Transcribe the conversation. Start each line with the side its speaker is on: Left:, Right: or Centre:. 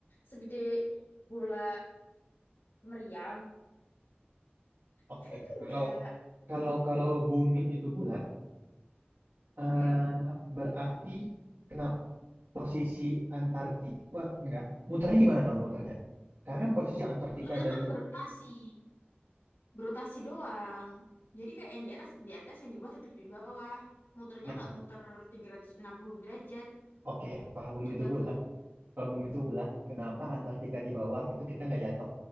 Left: segede bola meriam
Right: oke
Left: <laughs> enggak
Right: kalau kalau kalau bumi itu bulat eh,
Left: Hmm.
Right: berarti kenapa posisi Antartika wah, nggak muternya gimana dong muternya karena kan posisi Antartika
Left: sebetulnya
Right: dan
Left: kan berotasi berotasi doang jadi kayak yang di atas tetap di atas yang di bawah tetap di bawah muternya
Right: nah
Left: nggak muter tiga ratus enam puluh derajat
Right: oke kalau bumi
Left: kita
Right: itu bulat
Left: tuh
Right: kalau bumi itu bulat kenapa Antartika di bawah itu kita nggak jatuh